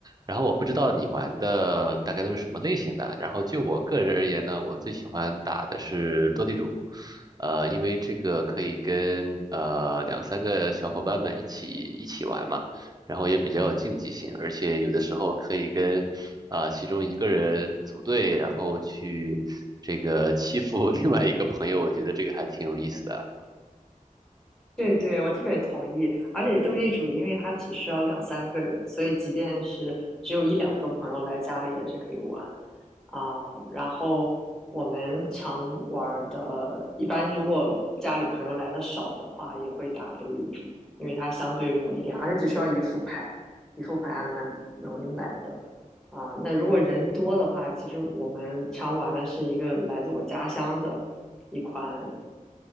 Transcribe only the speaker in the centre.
对对，我特别同意。而且斗地主，因为它只需要两三个人，所以即便是只有一两个朋友来家里也是可以玩啊。然后我们常玩儿的，一般如果家里朋友来的少的话，也会打斗地主，因为它相对容易一点，而且只需要一副牌，一副牌还蛮容易买的啊。那如果人多的话，其实我们常玩的是一个来自我家乡的一款